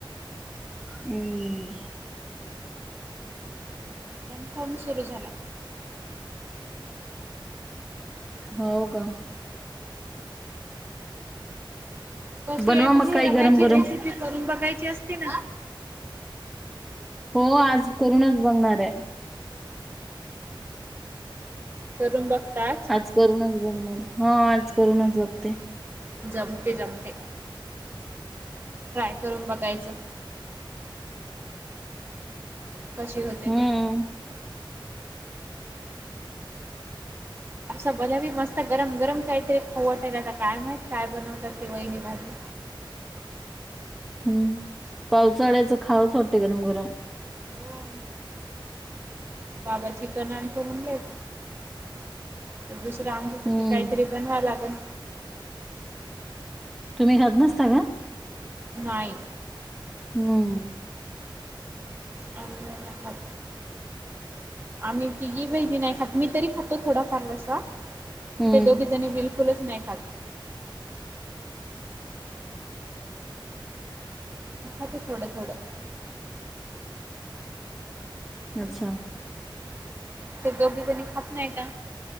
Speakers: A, in the centre; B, on the right.
A: हम्म.
B: कन्फर्म सुरू झाला.
A: हो का.
B: कशी
A: बनवा
B: आहे मग
A: काही
B: रव्याची
A: गरम गरम
B: रेसिपी करून बघायची असते ना.
A: हो आज करूनच बघणार आहे.
B: करून बघतात.
A: आज करूनच बघणार. हा आज करूनच बघते.
B: जमते जमते. ट्राय करून बघायचं.
A: <inaudible>
B: कशी होते
A: हम्म.
B: ते. असं जलेबी मस्त गरम, गरम तळते काहीतरी खाऊवाटायला आता काय माहीत काय बनवतात ते वहिली भाजी.
A: हम्म पावसाळ्याचं खावुच वाटते गरम, गरम.
B: हो बाबा चिकन आणखो म्हणले तर दुसर आमच्यासाठी
A: हम्म
B: काहीतरी बनवा लागन.
A: तुम्ही खात नसता का?
B: नाही.
A: हम्म.
B: आम्ही नाही न खात. आम्ही तीघी बहिणी नाही खात मी तरी खातो थोडा फार रसा
A: हम्म
B: ते दोघी जणी बिलकुल कुलच नाही खात. अगदी थोडं, थोडं.
A: अच्छा.
B: ते दोघी जणी खात नाहीन.